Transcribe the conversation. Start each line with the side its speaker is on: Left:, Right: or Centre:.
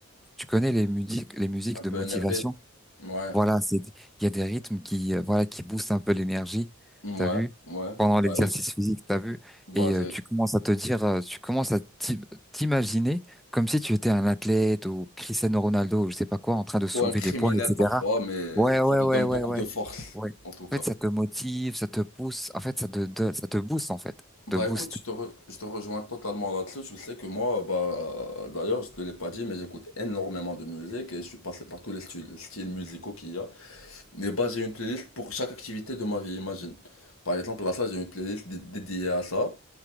Centre: tu connais les musiques, les musiques
Left: Un
Centre: de
Left: peu
Centre: motivation.
Left: énervé. Ouais.
Centre: Voilà, c'est, il y a des rythmes qui, euh, voilà, qui boostent un peu l'énergie,
Left: Ouais.
Centre: t'as vu,
Left: Ouais.
Centre: pendant
Left: Bah,
Centre: l'exercice physique, t'as vu,
Left: bah,
Centre: et euh, tu commences à te dire, euh, tu commences à t'i- t'imaginer comme si tu étais un athlète ou Cristiano Ronaldo ou je sais pas quoi, en train de soulever
Left: ou un criminel
Centre: des poids, etc.
Left: parfois, mais
Centre: Ouais, ouais,
Left: ça te
Centre: ouais,
Left: donne
Centre: ouais,
Left: beaucoup
Centre: ouais,
Left: de force,
Centre: ouais.
Left: en tout cas.
Centre: En fait, ça te motive, ça te pousse, en fait, ça te, te- ça te booste, en fait,
Left: Bah
Centre: te booste.
Left: écoute, je te, re- je te rejoins totalement là-dessus. Je sais que moi, bah d'ailleurs, je te l'ai pas dit, mais j'écoute énormément de musique et je suis passé par tous les styles, styles musicaux qu'il y a. Mais bah j'ai une playlist pour chaque activité de ma vie, imagine. Par exemple, là, ça, j'ai une playlist dé- dédiée à ça.